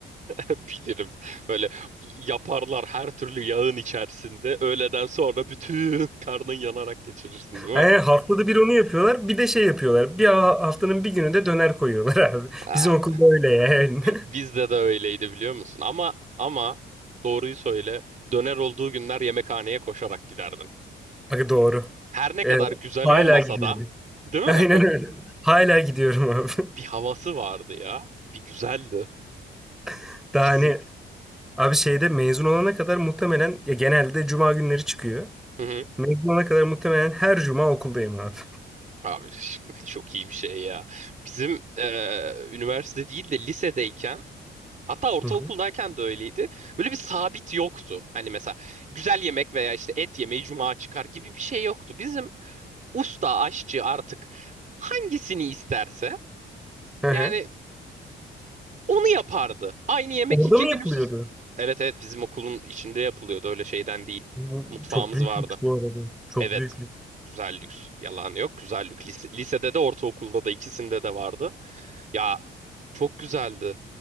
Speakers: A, on the right (about 40°); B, in the centre.
A: Bilirim. Böyle yaparlar her türlü yağın içerisinde. Öğleden sonra bütün karnın yanarak geçirirsin değil
B: Yani
A: mi?
B: haftada bir onu yapıyorlar. Bir de şey yapıyorlar. Bir ha- haftanın bir günü de döner koyuyorlar <laughs> abi.
A: Abi,
B: Bizim okulda öyle yani.
A: bizde
B: <laughs>
A: de öyleydi biliyor musun? Ama ama doğruyu söyle. Döner olduğu günler yemekhaneye koşarak giderdin.
B: Aga doğru.
A: Her ne
B: Evet,
A: kadar güzel
B: hala
A: olmasa
B: gidiyorum.
A: da
B: <laughs>
A: değil
B: Aynen
A: mi?
B: öyle. Hala gidiyorum abi.
A: bir havası vardı ya. Bir güzeldi.
B: <laughs> Daha
A: Bizim
B: hani abi şeyde mezun olana kadar muhtemelen ya genelde cuma günleri çıkıyor.
A: Hı hı.
B: Mezun olana kadar muhtemelen her cuma okuldayım abi.
A: Abi <laughs> çok iyi bir şey ya. Bizim eee, üniversite değil de lisedeyken hatta ortaokuldayken
B: <laughs> Hı hı.
A: de öyleydi. Böyle bir sabit yoktu. Hani mesela güzel yemek veya işte et yemeği cuma çıkar gibi bir şey yoktu. Bizim usta aşçı artık hangisini isterse
B: Hı
A: yani
B: hı.
A: onu yapardı. Aynı yemek
B: Orada
A: iki
B: mı yapılıyordu?
A: gün üst üste. Evet evet bizim okulun içinde yapılıyordu öyle şeyden değil.
B: Bu
A: Mutfağımız
B: Çok büyük
A: vardı.
B: lüks bu arada. Çok
A: Evet.
B: büyük lüks.
A: Güzel lüks. Yalan yok. Güzel lüks. Lise- lisede de ortaokulda da ikisinde de vardı. Ya çok güzeldi.